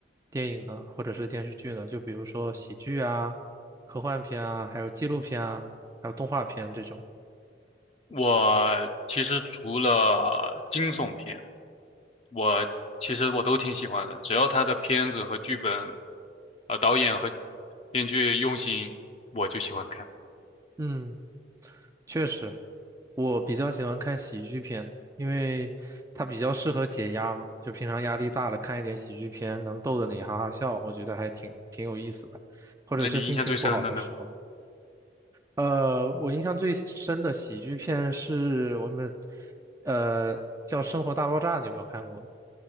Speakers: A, on the right; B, on the left.
A: 电影呢，或者是电视剧呢？就比如说喜剧啊、科幻片啊，还有纪录片啊，还有动画片这种。
B: 我其实除了惊悚片，我其实我都挺喜欢的，只要他的片子和剧本，呃，导演和编剧用心，我就喜欢看。
A: 嗯，确实，我比较喜欢看喜剧片，因为它比较适合解压嘛。就平常压力大了，看一点喜剧片，能逗得你哈哈笑，我觉得还挺挺有意思的。或者是心情不好的时候，
B: 那你印象最深的呢？
A: 呃，我印象最深的喜剧片是我们，呃，叫《生活大爆炸》，你有没有看过？